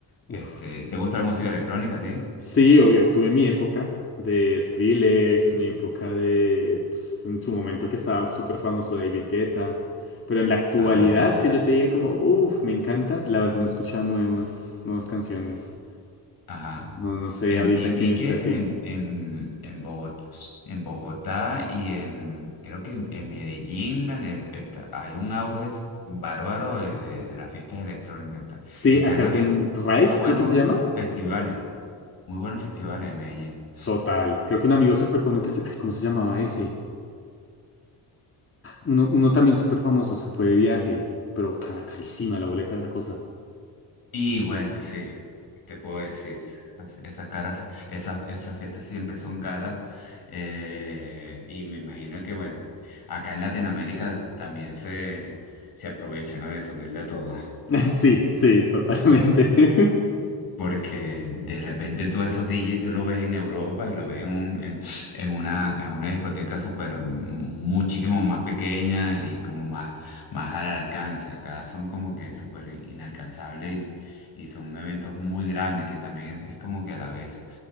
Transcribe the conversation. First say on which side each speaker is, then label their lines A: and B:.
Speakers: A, on the left; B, on the left.
A: Este,
B: Uf.
A: ¿te gusta la música electrónica a ti?
B: Sí, obvio, tuve mi época de Skrillex, mi época de, pues, en su momento que estaba súper famoso David Guetta, pero en la actualidad
A: Ah,
B: que yo te diga como, uff, me encanta, la verdad no he escuchado nuevas, nuevas canciones.
A: ajá.
B: No, no sé
A: Eh,
B: ahorita
A: vi, vi
B: quién está
A: que
B: así.
A: en, en, en Bogot- en Bogotá y en, creo que en en Medellín la ne- está- hay un auge bárbaro de, de- de las fiestas electrónicas. Está-
B: Sí,
A: Están
B: acá hacen
A: habiendo
B: Rights,
A: muy buenos
B: creo que se llama.
A: festivales, muy buenos festivales en Medellín.
B: Total, creo que un amigo se fue por uno que se, ay, ¿cómo se llamaba ese? Uno, uno también súper famoso, se fue de viaje, pero cara, carísima la boleta de esa cosa.
A: Y bueno, sí, te puedo decir, esas esas caras, esas, esas fiestas siempre son caras. eh, y me imagino que, bueno, acá en Latinoamérica también se, se aprovecha, ¿no? De subirle a todo.
B: <laughs> Sí, sí, totalmente. <laughs>
A: Porque de repente tú a esos DJ tú lo ves en Europa y lo ves en, un- en, en una, en una discoteca súper muchísimo más pequeña y como más, más al alcance. Acá son como que súper inalcanzables y, y son eventos muy grandes que también es, es como que a la vez